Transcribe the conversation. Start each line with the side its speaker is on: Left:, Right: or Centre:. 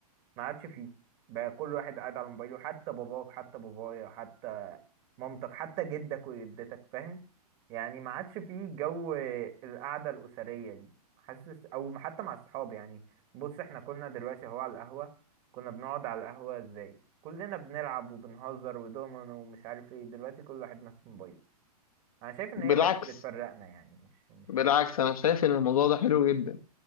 Right: ما عادش فيه بقى كل واحد قاعد على موبايله حتى باباك حتى بابايا حتى مامتك حتى جدك وجدتك فاهم يعني ما عادش فيه جو القعدة الأسرية دي حاسس أو حتى مع الصحاب يعني بص احنا كنا دلوقتي اهو على القهوة كنا بنقعد على القهوة ازاي كلنا بنلعب وبنهزر ودومينو ومش عارف ايه دلوقتي كل واحد ماسك موبايله انا شايف ان
Left: بالعكس
Right: هي بقت بتفرقنا يعني مش مش
Left: بالعكس انا شايف ان الموضوع ده حلو جدا